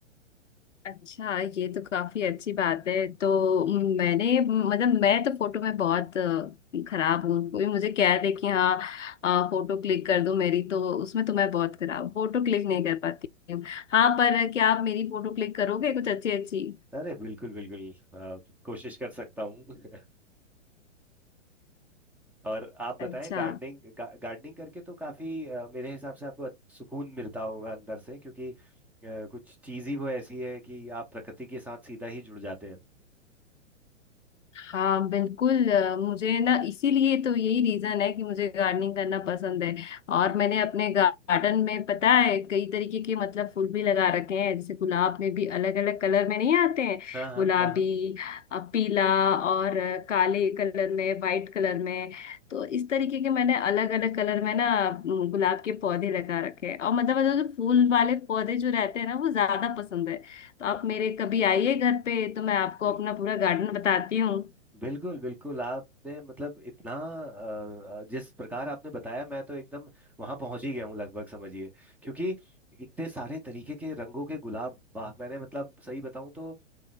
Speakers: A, on the left (about 75°); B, in the centre.
A: अच्छा ये तो काफी अच्छी बात है तो मैंने मतलब मैं तो फोटो में बहुत अ, खराब हूँ कोई मुझे कह दे कि हाँ अ, फोटो क्लिक कर दो मेरी तो उसमें तो मैं बहुत खराब फोटो क्लिक नहीं कर पाती हूँ हाँ पर क्या आप मेरी फोटो क्लिक करोगे कुछ अच्छी अच्छी
B: अरे बिल्कुल बिल्कुल अ, कोशिश कर सकता हूँ <laughs> और आप बताएं
A: अच्छा
B: गार्डनिंग गा, गार्डनिंग करके तो काफी अ, मेरे हिसाब से आपको सुकून मिलता होगा अंदर से क्योंकि अ, कुछ चीज ही वो ऐसी है कि आप प्रकृति के साथ सीधा ही जुड़ जाते हैं
A: हाँ बिल्कुल अ, मुझे ना इसीलिए तो यही रीजन है कि मुझे गार्डनिंग करना पसंद है और मैंने अपने गार्डन में पता है कई तरीके के मतलब फूल भी लगा रखे हैं जैसे गुलाब में भी अलग अलग कलर में नहीं आते हैं
B: हाँ हाँ
A: गुलाबी
B: हाँ हाँ
A: अ, पीला और अ, काले कलर में वाइट कलर में तो इस तरीके के मैंने अलग अलग कलर में ना अम, गुलाब के पौधे लगा रखे हैं और मतलब मतलब जो फूल वाले पौधे जो रहते हैं ना वो ज्यादा पसंद है तो आप मेरे कभी आइए घर पे तो मैं आपको
B: बिल-
A: अपना पूरा गार्डन बताती हूँ
B: बिल्कुल बिल्कुल आपने मतलब इतना अ, अ, जिस प्रकार आपने बताया मैं तो एकदम वहां पहुंच ही गया हूँ लगभग समझिए क्योंकि इतने सारे तरीके के रंगों के गुलाब वाह मैंने मतलब सही बताऊं तो आ,